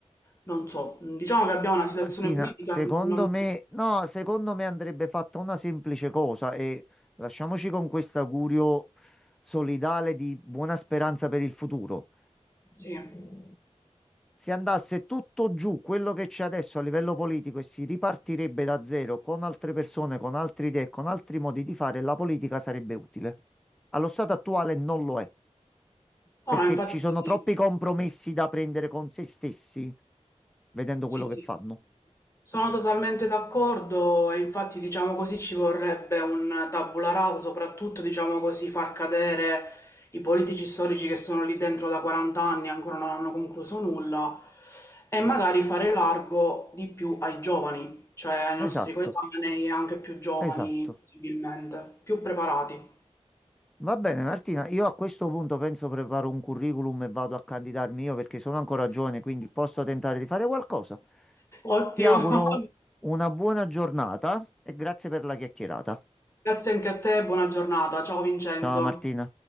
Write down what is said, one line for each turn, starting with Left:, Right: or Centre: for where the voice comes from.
Left: Non so, diciamo che abbiamo una
Centre: Martina,
Left: situazione politica
Centre: secondo
Left: non...
Centre: me, no, secondo me andrebbe fatta una semplice cosa e lasciamoci con questo augurio solidale di buona speranza per il futuro.
Left: Sì.
Centre: Se andasse tutto giù quello che c'è adesso a livello politico e si ripartirebbe da zero con altre persone, con altre idee, con altri modi di fare, la politica sarebbe utile. Allo stato attuale non lo è, perché
Left: No, no, infatti
Centre: ci sono troppi compromessi da prendere con se stessi, vedendo
Left: sì,
Centre: quello che
Left: sì.
Centre: fanno.
Left: Sono totalmente d'accordo e infatti diciamo così ci vorrebbe un tabula rasa, soprattutto diciamo così far cadere i politici storici che sono lì dentro da 40 anni e ancora non hanno concluso nulla e magari fare largo di più ai giovani, cioè ai
Centre: Esatto,
Left: nostri coetanei anche più giovani
Centre: esatto.
Left: possibilmente, più preparati.
Centre: Va bene, Martina, io a questo punto penso preparo un curriculum e vado a candidarmi io perché sono ancora giovane, quindi posso tentare di fare qualcosa.
Left: Ottimo.
Centre: Ti auguro
Left: <laughs>
Centre: una buona giornata e grazie per la chiacchierata.
Left: Grazie anche a te, buona giornata. Ciao Vincenzo.
Centre: Ciao Martina.